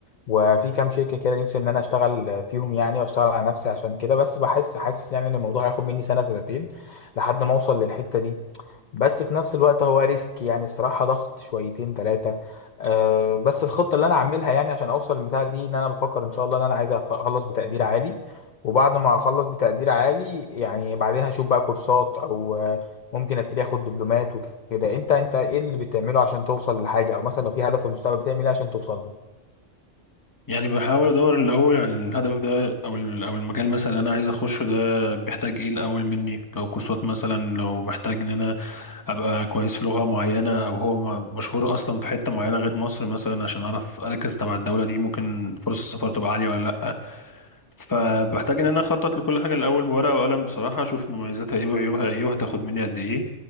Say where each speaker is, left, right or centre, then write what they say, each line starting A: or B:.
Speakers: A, on the left; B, on the left.
A: وفي كام شركه كده نفسي ان انا اشتغل فيهم يعني واشتغل على نفسي عشان كده بس بحس حاسس يعني ان الموضوع هياخد مني سنه سنتين لحد ما اوصل للحته دي بس في نفس الوقت هو ريسك يعني الصراحة ضغط شويتين ثلاثة أه بس الخطة اللي أنا عاملها يعني عشان أوصل للبتاع دي إن أنا بفكر إن شاء الله إن أنا عايز أخ- أخلص بتقدير عالي وبعد ما أخلص بتقدير عالي يعني بعدها أشوف بقى كورسات أو آه، ممكن أبتدي آخد دبلومات وكده أنت أنت إيه اللي بتعمله عشان توصل لحاجة أو مثلا لو في هدف في المستقبل بتعمل إيه عشان توصل له
B: يعني بحاول ادور الاول على الهدف ده او ال- او المجال مثلا اللي انا عايز اخشه ده بيحتاج ايه الاول مني لو كورسات مثلا لو محتاج ان انا ابقى كويس في لغة معينة او هو م- مشهور اصلا في حتة معينة غير مصر مثلا عشان اعرف اركز تبع الدولة دي ممكن فرص السفر تبقى عالية ولا لا فبحتاج ان انا اخطط لكل حاجه الاول بورقه وقلم بصراحه اشوف مميزاتها ايه وعيوبها ايه وهتاخد مني قد ايه